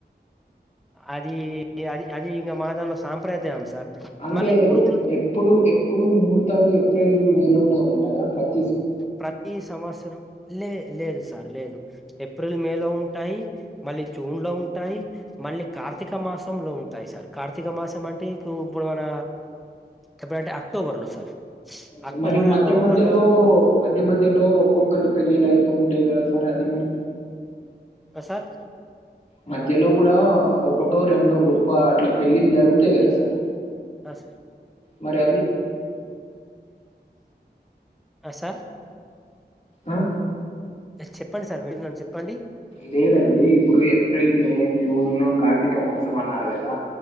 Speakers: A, in the centre; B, on the left.
A: అది ఏ అది అది ఇంకా మా దానిలో సాంప్రదాయం సార్
B: అంటే
A: మళ్ళీ ఇప్పుడు కూడా
B: ఎప్పుడు ఎప్పుడు ముహూర్తాలు ఎప్రిల్ మేలోనే ఉంటాయా ప్రత్
A: ప్రతీ సంవత్సరం లే లేదు సార్. లేదు. ఏప్రిల్ మే లో ఉంటాయి మళ్ళీ జూన్ లో ఉంటాయి మళ్ళీ కార్తీక మాసం లో ఉంటాయి సార్. కార్తీక మాసం అంటే ఇప్పుడు ఇప్పుడు మన ఎప్పుడంటే అక్టోబర్ లో సార్.
B: ఓకె
A: అక్టోబర్
B: మరి మధ్య
A: ఆర్ నవంబర్
B: మధ్యలో
A: లో
B: మధ్య మధ్యలో ఒక్కొక్కటి పెళ్ళిళ్లు అవుతు ఉంటాయి కదా సార్ అది మరి
A: సార్
B: మధ్యలో కూడా ఒకటో రెండో గొప్ప అట్లా పెళ్ళిళ్ళు జరుగుతాయి కదా సార్
A: అ సర్
B: మరి అవి
A: ఆ సార్
B: ఆ
A: ఆ చెప్పండి సార్ వింటున్నాను చెప్పండి
B: లేదండి ఇప్పుడు ఏప్రిల్ మే జూన్ కార్తీక్ క మాసం అన్నారు కదా